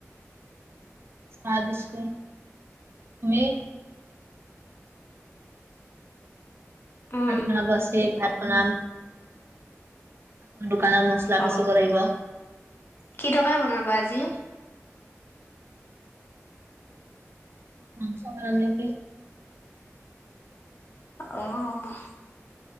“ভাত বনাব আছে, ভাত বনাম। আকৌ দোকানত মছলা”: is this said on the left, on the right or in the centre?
Right